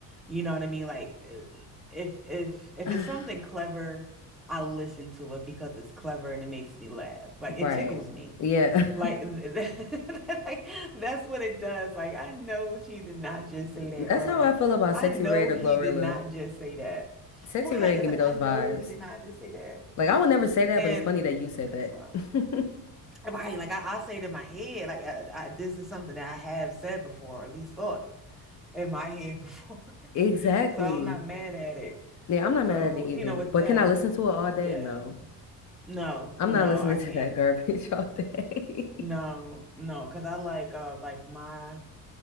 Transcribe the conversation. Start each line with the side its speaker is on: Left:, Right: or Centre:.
Centre: You know what I mean? Like eh, if if if
Left: <sighs>
Centre: it's something clever, I listen to it because it's clever and it makes me laugh. Like
Left: Right.
Centre: it tickles me.
Left: Yeah.
Centre: Like, <laughs> like that's what it does. Like I know she did not just say
Left: <laughs>
Centre: that,
Left: That's
Centre: or
Left: how
Centre: like
Left: I feel about
Centre: I
Left: Sexy
Centre: know
Left: Red
Centre: he
Left: or Glorilla.
Centre: did not just say that.
Left: Sexy
Centre: Right?
Left: Red
Centre: It's
Left: give
Centre: like
Left: me those
Centre: I know
Left: vibes.
Centre: he did not just say that,
Left: Like I would never say that,
Centre: and
Left: but it's funny that you said
Centre: that's
Left: that.
Centre: why.
Left: <laughs>
Centre: Right, like I, I say it in my head, like I, I, this is something that I have said before, or at least thought in my head <laughs> before.
Left: Exactly.
Centre: So I'm not mad at it.
Left: Yeah, I'm not
Centre: So,
Left: mad at it either.
Centre: you know, with
Left: But
Centre: that,
Left: can I listen to it all day?
Centre: yeah.
Left: No.
Centre: No,
Left: I'm
Centre: no,
Left: not listening
Centre: I can't.
Left: to that garbage <laughs> all day.
Centre: No, no, because I like uh like my